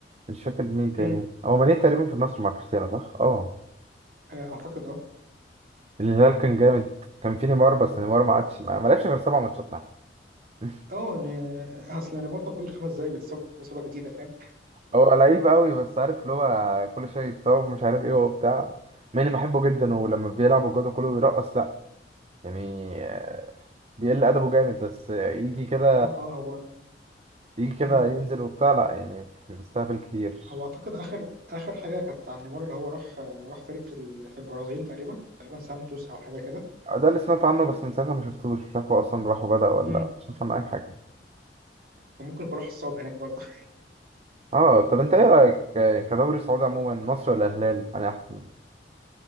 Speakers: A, on the right; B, on the right.
A: مش فاكر مين تاني
B: مم.
A: هو ماني تقريبا في النصر مع كريستيانو صح اه
B: آه، أعتقد أه
A: الهلال كان جامد كان في نيمار بس نيمار ما عادش ما ما لعبش غير سبع ماتشات معاه <laughs>
B: أه إن أصل أنا برضه كل خمس دقايق بتصاب إصابة جديدة فاهم؟
A: هو لعيب قوي بس عارف اللي هو كل شويه يتصاب مش عارف ايه وبتاع ماني بحبه جدا ولما بيلعب الجو كله بيرقص لا يعني آه، بيقل ادبه جامد بس آه، يجي كده
B: أه أه هو
A: يجي كده
B: مم.
A: ينزل وبتاع لا يعني بيستهبل كتير
B: هو أعتقد آخر آخر حاجة كانت عن نيمار اللي هو راح آه، راح فريق في ال- في البرازيل تقريبا تقريبا سانتوس أو حاجة كده
A: ده اللي سمعت عنه بس من ساعتها ما شفتوش مش عارف هو اصلا راح وبدأ ولا
B: مم.
A: لا، مش عارف عنه اي حاجه
B: فممكن يكون راح الصاب هناك برضه <laughs>
A: اه طب انت ايه رايك آه، كدوري سعودي عموما مصر ولا الهلال انا احسن